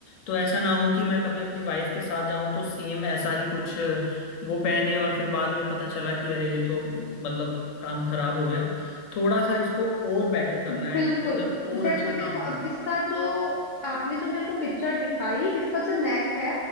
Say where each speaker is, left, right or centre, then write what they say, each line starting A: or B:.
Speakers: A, on the left; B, on the left.
A: तो ऐसा ना हो कि मैं कभी अपनी वाइफ के साथ जाऊं तो सेम ऐसा ही कुछ वो पहने और फिर बाद में पता चला कि अरे ये तो मतलब काम खराब हो गया थोड़ा सा इसको और बेटर करना
B: बिल्कुल
A: है इसके अंदर और
B: जैसे
A: अच्छा काम
B: देखो
A: करना
B: अब इसका
A: है
B: जो आपने जो मेरे को पिक्चर दिखाई इसका जो नेक है